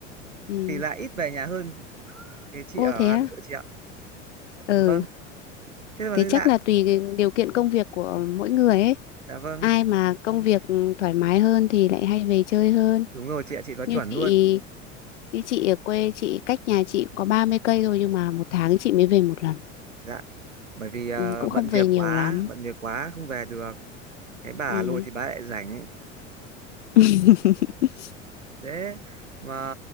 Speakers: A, on the left; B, on the right.
A: ừ.
B: thì lại ít về nhà hơn cái chị
A: ô
B: ở
A: thế
B: Hà
A: á
B: Nội chị ạ.
A: ừ
B: Vâng, thế mà
A: thế
B: thấy
A: chắc
B: lạ.
A: là tùy cái điều kiện công việc của mỗi người ấy
B: Dạ vâng,
A: ai mà công việc thoải mái hơn thì lại hay về chơi hơn
B: đúng rồi chị ạ, chị nói
A: như
B: chuẩn
A: chị
B: luôn.
A: Như chị ở quê chị cách nhà chị cũng có 30 cây thôi nhưng mà một tháng chị mới về một lần.
B: Dạ. Bởi vì ờ,
A: Ừ, cũng
B: bận
A: không về
B: việc
A: nhiều
B: quá,
A: lắm.
B: bận việc quá không về được. Cái bà
A: Ừ.
B: Hà Nội thì bà lại rảnh,
A: <laughs>
B: Thế mà